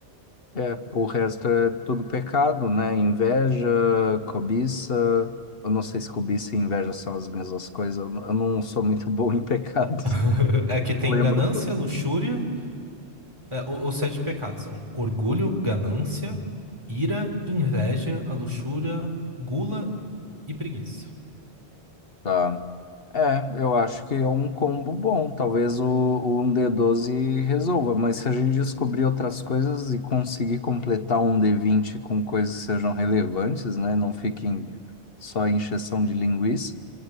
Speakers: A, on the left; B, on the right.
A: É, o resto é tudo pecado, né? Inveja, cobiça. Eu não sei se cobiça e inveja são as mesmas coisas. Eu n- eu não sou muito bom em pecados.
B: <laughs>
A: <laughs>
B: É que tem
A: Lembro
B: ganância,
A: tudo.
B: luxúria. é, o- os sete pecados são orgulho, ganância, ira, inveja, a luxúria, gula e preguiça.
A: Tá. É, eu acho que é um combo bom. Talvez o, o 1 d doze resolva, mas se a gente descobrir outras coisas e conseguir completar um d vinte com coisas que sejam relevantes, né? Não fiquem só em encheção de linguiça,